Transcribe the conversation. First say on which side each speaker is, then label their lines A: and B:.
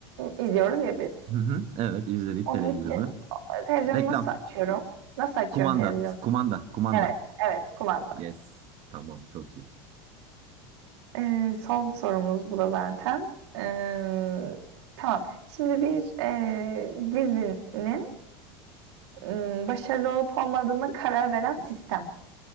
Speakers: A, on the right; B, on the right.
A: izliyoruz ya biz.
B: Hı hı, evet izledik
A: Onun
B: televizyonu.
A: için e, televizyonu
B: Reklam.
A: nasıl açıyorum? Nasıl açıyorum
B: Kumanda,
A: televizyonu?
B: kumanda, kumanda.
A: Evet, evet, kumanda.
B: Yes. Tamam çok iyi.
A: Ee, son sorumuz bu da zaten. Ee, tamam. Şimdi bir e, dizinin m, başarılı olup olmadığına karar veren sistem.